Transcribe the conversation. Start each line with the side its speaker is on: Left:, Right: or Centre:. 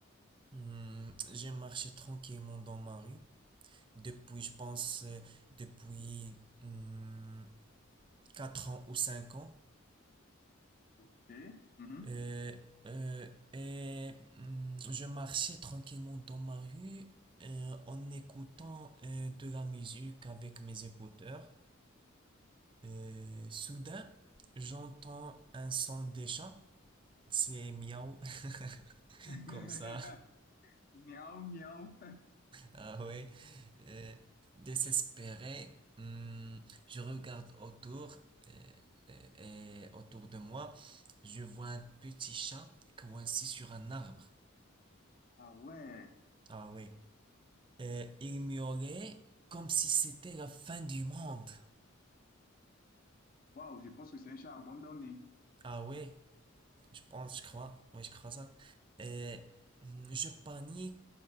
Right: hmm, j'ai marché tranquillement dans ma rue. Depuis, je pense, euh, depuis hmm, 4 ans ou cinq ans.
Left: Ok? Mhm.
Right: Euh, euh, et hum, je marchais tranquillement dans ma rue euh, en écoutant euh, de la musique avec mes écouteurs. Euh, soudain, j'entends un son des chats. C'est miaou, <laughs>
Left: <laughs>
Right: comme ça.
Left: Miaou, miaou.
Right: Ah ouais. Euh, désespéré, hum, je regarde autour euh, euh, et autour de moi. Je vois un petit chat coincé sur un arbre.
Left: Ah ouais,
Right: Ah ouais. Euh, il miaulait comme si c'était la fin du monde.
Left: waouh, je pense que c'est un chat abandonné.
Right: Ah ouais, je pense, je crois. Oui, je crois ça. Et mm, je panique.